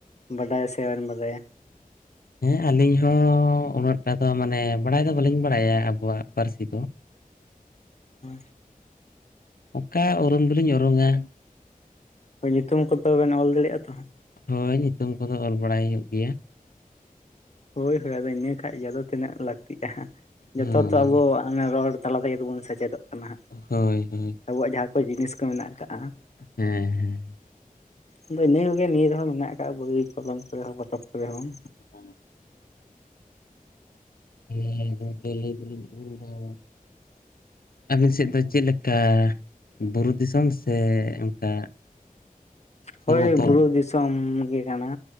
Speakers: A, on the left (about 50°); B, on the left (about 80°).
A: ᱵᱟᱰᱟᱭᱟ ᱥᱮ ᱵᱟᱵᱮᱱ ᱵᱟᱰᱟᱭᱟ
B: ᱦᱮᱸ ᱟᱹᱞᱤᱧ ᱦᱚᱸ ᱩᱱᱟᱹᱜᱴᱟ ᱫᱚ ᱢᱟᱱᱮ ᱵᱟᱲᱟᱭ ᱫᱚ ᱵᱟᱹᱞᱤᱧ ᱵᱟᱲᱟᱭᱟ ᱟᱵᱚᱣᱟᱜ ᱯᱟᱹᱨᱥᱤ ᱫᱚ <inaudible>
A: ᱦᱳᱸ
B: ᱚᱠᱟ ᱩᱨᱩᱢ ᱫᱚᱞᱤᱧ ᱩᱨᱩᱝᱟ
A: ᱧᱩᱛᱩᱢ ᱠᱚ ᱛᱚ ᱵᱮᱱ ᱚᱞ ᱫᱟᱲᱮᱭᱟᱜᱼᱟ ᱛᱚ
B: ᱦᱳᱭ ᱧᱩᱛᱩᱢ ᱠᱚᱫᱚ ᱚᱞ ᱵᱟᱲᱟᱭ ᱦᱩᱭᱩᱜ ᱜᱮᱭᱟ
A: ᱦᱳᱭ ᱦᱳᱭ ᱟᱫᱚ ᱤᱱᱟᱹ ᱠᱷᱟᱱ ᱜᱮ ᱟᱫᱚ ᱛᱤᱱᱟᱹᱜ ᱞᱟᱹᱠᱛᱤᱜᱼᱟ ᱡᱚᱛ
B: ᱦᱳᱭ
A: ᱛᱚ ᱟᱵᱚ ᱚᱱᱟ ᱨᱚᱲ ᱛᱟᱞᱟ ᱛᱮᱜᱮᱵᱚᱱ ᱥᱮᱪᱮᱫᱚᱜ ᱠᱟᱱᱟ ᱦᱟᱸᱜ
B: ᱦᱳᱭ ᱦᱳᱭ
A: ᱟᱵᱚᱣᱟᱜ ᱡᱟᱦᱟᱸ ᱠᱚ ᱡᱤᱱᱤᱥ ᱠᱚ ᱢᱮᱱᱟᱜ ᱟᱠᱟᱜᱼᱟ
B: ᱦᱮᱸ ᱦᱮᱸ
A: ᱟᱫᱚ ᱤᱱᱟᱹ ᱠᱚᱜᱮ ᱱᱤᱭᱟᱹ ᱨᱮᱦᱚᱸ ᱢᱮᱱᱟᱜ ᱟᱠᱟᱜ ᱵᱳᱣ ᱠᱚᱞᱚᱢ ᱠᱚᱨᱮ ᱦᱚᱸ ᱯᱚᱛᱚᱵ ᱠᱚᱨᱮ ᱦᱚᱸ
B: ᱦᱚ <unintelligible> ᱟᱹᱵᱤᱱ ᱥᱮᱫ ᱫᱚ ᱪᱮᱫ ᱞᱮᱠᱟ ᱵᱩᱨᱩ ᱫᱤᱥᱚᱢ ᱥᱮ ᱚᱱᱠᱟ ᱥᱚᱢᱚᱛᱚᱞ
A: ᱦᱳᱭ ᱵᱩᱨᱩ ᱫᱤᱥᱚᱢ ᱜᱮ ᱠᱟᱱᱟ